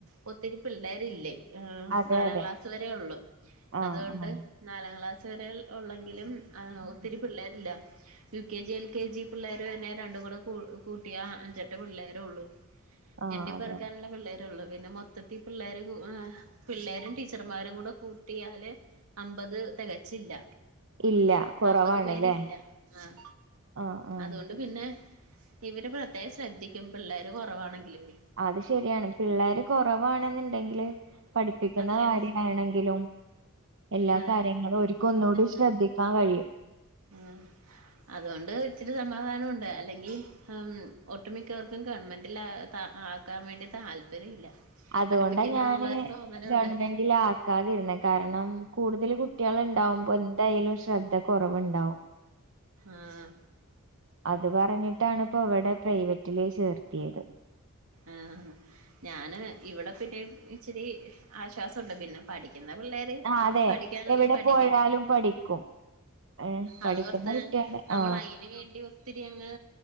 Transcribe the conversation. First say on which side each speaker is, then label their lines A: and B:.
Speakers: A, on the right; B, on the right.
A: ഒ - ഒത്തിരി പിള്ളേരില്ലേ
B: അതെ
A: നാലാം
B: അതെ
A: ക്ലാസ് വരെ ഒള്ളു
B: ആഹ്
A: അതുകൊണ്ട്
B: ആഹ്
A: നാലാം ക്ലാസ്- <unintelligible> ഉള്ളെങ്കിലും ഒത്തിരി- പിള്ളേരില്ല U K G L K G പിള്ളേര് തന്നെ രണ്ടും കൂടെ- കൂട്ടിയ അഞ്ചെട്ട് പിള്ളേര് ഉള്ളൂ
B: ആഹ്
A: എണ്ണി
B: അതെ
A: പെറ്ക്കാനുള്ള പിള്ളേര് ള്ളൂ പിന്നെ മൊത്തത്തിഈ പിള്ളേർ പിള്ളേരും ടീച്ചർമാരും കൂടെ കൂട്ടിയാല് അമ്പത് തികച്ചില്ല
B: ഇല്ല കുറവാണ്ല്ലേ
A: അമ്പത് പേരില്ല ആഹ
B: ആഹ് ആഹ്
A: അതുകൊണ്ട് പിന്നെ ഇവര് പ്രത്യേകം ശ്രദ്ധിക്കും പിള്ളേർ കുറവാണെങ്കിലേ
B: അത് ശരിയാണ് പിള്ളേര് കുറവാണെന്നുണ്ടെങ്കില് പഠിപ്പിക്കുന്ന
A: അത്രയും
B: കാര്യയാണെങ്കിലും എല്ലാ
A: അതെ
B: കാര്യങ്ങളും ഒരിക്കും ഒന്നുകൂടി ശ്രദ്ധിക്കാൻ
A: ഉം
B: കഴിയും
A: ഉം അതുകൊണ്ട് ഇച്ചിരി സമാധാനം ഉണ്ട് അല്ലെങ്കി ഒട്ടുമിക്കവർക്കും ഗവൺമെന്റൽ ആക്കാൻ വേണ്ടി താല്പര്യം ഇല്ല
B: അതുകൊണ്ട
A: പഠിപ്പിക്കില്ല
B: ഞാന്
A: എന്നുള്ളൊരു തോന്നലുണ്ട്
B: ഗവൺമെന്റിൽ ആ ക്കാതിരുന്ന കാരണം കൂടുതൽ കുട്ടികൾ ഉണ്ടാവുമ്പോ എന്തായാലും ശ്രദ്ധ കുറവുണ്ടാവും
A: ആഹ്
B: അത് പറഞ്ഞിട്ടാണ് ഇപ്പോ ഇവിടെ പ്രൈവറ്റില് ചേർത്തിയത്
A: ആഹ് ഞൻ ഇവിടെ പിന്നെ ഇച്ചിരി ആശ്വാസമുണ്ട് പിന്നെ പഠിക്കുന്ന പിള്ളേര്
B: ആ അതെ
A: പഠിക്കാനുണ്ടെ
B: എവിടെ
A: പഠിക്കും
B: പോയാലും പഠിക്കും ഏ പഠിക്കുന്ന
A: അതോർത്ത്
B: കുട്ടികള്
A: നമ്മൾ
B: ആ
A: അയിന് വേണ്ടി ഒത്തിരി അങ്ങ്